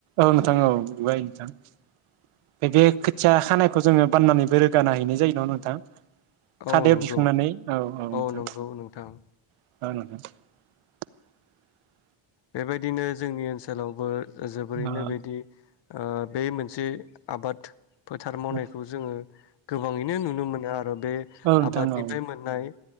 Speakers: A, on the right; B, on the left.
A: औ नोंथां औ <unintelligible> बे खोथिया खानायखौ जोङो बाननानैबो रोगाना हैनाय जायो न नोंथां खादायाव
B: औ नंगौ
A: दिखांनानै नोंथां
B: औ नंगौ नोंथां
A: <unintelligible>
B: बेबायदिनो जोंनि ओनसोलावबो जोबोरैनो
A: औ
B: बिदि ओ बे मोनसे आबाद फोथार मावनायखौ
A: औ
B: जोङो गोबाङैनो नुनो मोनो आरो बे
A: औ नोंथां
B: आबादनिफ्राय
A: औ
B: मोननाय